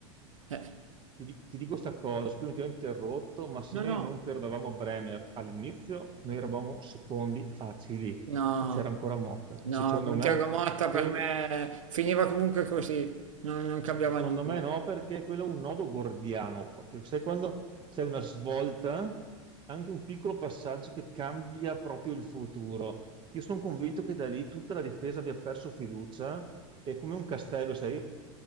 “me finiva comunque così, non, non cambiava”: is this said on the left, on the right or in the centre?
Right